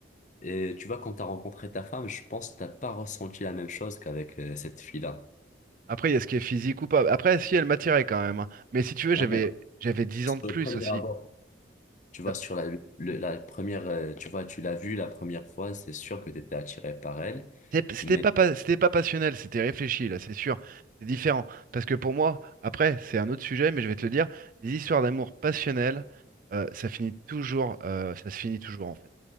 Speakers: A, on the left; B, on the right.
A: Et tu vois, quand t'as rencontré ta femme, je pense que t'as pas ressenti la même chose qu'avec euh, cette fille-là.
B: Après, il y a ce qui est physique ou pas. Après, si, elle m'attirait quand même. hein. Mais si tu veux, j'avais
A: Ah, mais
B: j'avais dix
A: Sur
B: ans de plus
A: le premier
B: aussi.
A: abord, tu vois,
B: La-
A: sur la, le- la première, euh, tu vois, tu l'as vue la première fois, c'est sûr que tu étais attiré par elle.
B: c'est- C'était
A: mais
B: pas, pas- c'était pas passionnel, c'était réfléchi, là, c'est sûr. C'est différent. Parce que pour moi, après, c'est un autre sujet, mais je vais te le dire, les histoires d'amour passionnelles, euh, ça finit toujours, euh, ça se finit toujours, en fait.